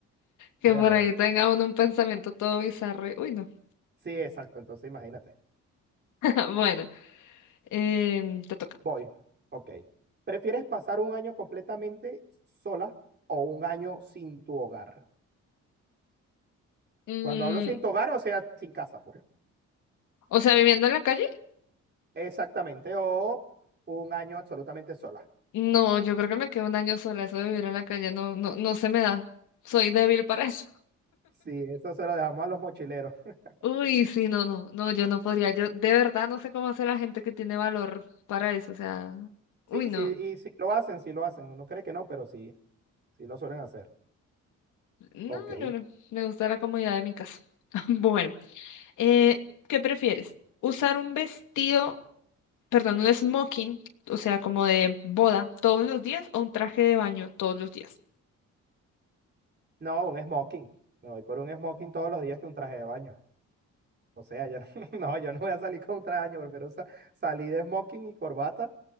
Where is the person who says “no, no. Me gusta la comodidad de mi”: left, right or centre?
Left